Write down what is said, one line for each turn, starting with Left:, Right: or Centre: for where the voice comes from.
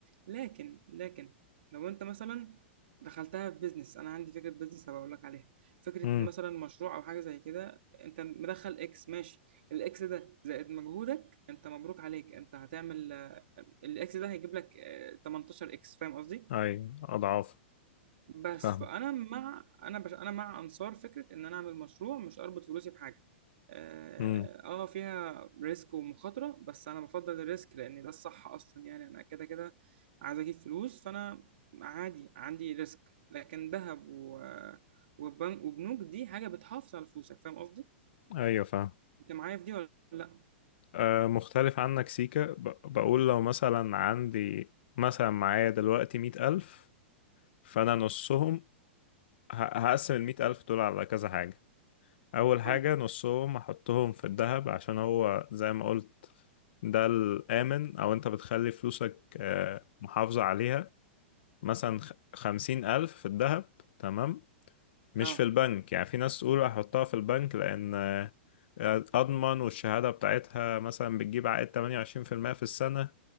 Right: لكن لكن لو انت مثلا دخلتها في بيزنس انا عندي فكره بيزنس هبقول لك عليها فكره
Left: امم
Right: مثلا مشروع او حاجه زي كده انت مدخل اكس ماشي الاكس ده زائد مجهودك انت مبروك عليك انت هتعمل آه، الاكس ده هيجيب لك آه، 18 اكس فاهم قصدي
Left: اي اضعاف
Right: بس
Left: فاهم
Right: فانا مع انا بش... انا مع انصار فكره ان انا اعمل مشروع مش اربط فلوسي بحاجه اه
Left: امم
Right: آه، فيها ريسك ومخاطره بس انا بفضل الريسك لان ده الصح اصلا يعني انا كده كده عايز اجيب فلوس فانا عادي عندي ريسك لكن ذهب و... وبنك وبنوك دي حاجه بتحافظ على فلوسك فاهم قصدي
Left: ايوه فاهم
Right: انت معايا في دي ولا لا
Left: أه مختلف عنك سيكا ب- بقول لو مثلا عندي مثلا معايا دلوقتي مئة ألف فأنا نصهم ه- هقسم المئة ألف دول على كذا حاجة اول حاجة
Right: قول لي
Left: نصهم احطهم في الذهب عشان هو زي ما قلت ده الامن او انت بتخلي فلوسك آه، محافظة عليها مثلا خ- خمسين الف في الذهب تمام مش
Right: اه
Left: في البنك يعني في ناس تقول احطها في البنك لان آه، اضمن والشهادة بتاعتها مثلا بتجيب عائد 28% في المية في السنة